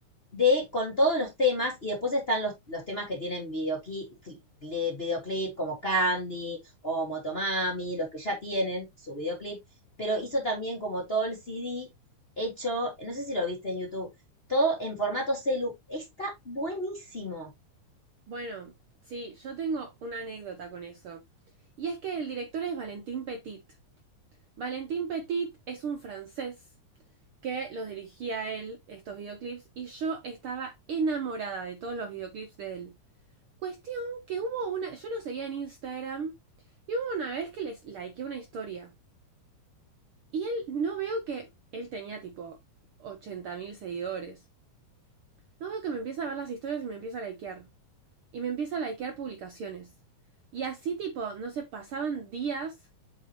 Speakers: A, on the left; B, on the right.
A: de con todos los temas y después están los, los temas que tienen videoclip, videoclip como Candy o Motomami, los que ya tienen su videoclip, pero hizo también como todo el CD hecho, no sé si lo viste en YouTube, todo en formato celu, está buenísimo.
B: Bueno, sí, yo tengo una anécdota con eso. Y es que el director es Valentin Petit. Valentin Petit es un francés que los dirigía a él estos videoclips y yo estaba enamorada de todos los videoclips de él. Cuestión que hubo una, yo lo seguía en Instagram y hubo una vez que les likeé una historia Y él, no veo que él tenía tipo 80.000 seguidores. No veo que me empieza a ver las historias y me empieza a likear. Y me empieza a likear publicaciones. Y así tipo, no sé, pasaban días